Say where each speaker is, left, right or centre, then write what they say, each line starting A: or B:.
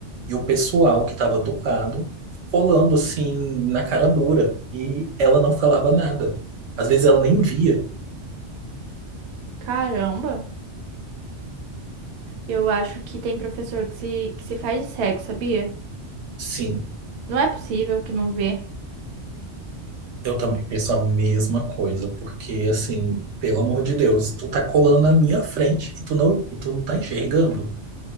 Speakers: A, on the right (about 85°); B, on the right (about 70°).
A: e o pessoal que estava do lado, colando assim, na cara dura. E ela não falava nada. Às vezes ela nem via.
B: Caramba, eu acho que tem professor que se, que se faz de cego, sabia?
A: Sim,
B: Não é possível que não vê.
A: eu também penso a mesma coisa, porque assim, pelo amor de Deus, tu tá colando na minha frente e tu não, e tu não tá enxergando.